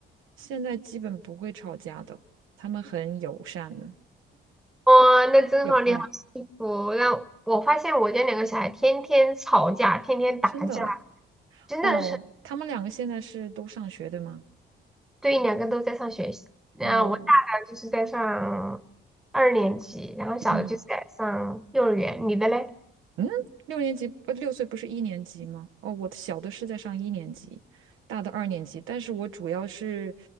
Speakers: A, on the right; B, in the centre.
A: 现在基本不会吵架的，他们很友善的，
B: 哇，那真好，
A: 有爱，
B: 你好幸福。那我发现我家两个小孩天天吵架，天天打架。
A: 真的。
B: 真的是。
A: 哦，他们两个现在是都上学的吗？
B: 对，两个都在上学习。那我大的就是在上二年级，
A: 哦，
B: 然后小的就是在上幼儿园。
A: 嗯
B: 你的嘞？
A: 嗯，六年级不六岁不是一年级吗？哦，我的小的是在上一年级，大的二年级，但是我主要是，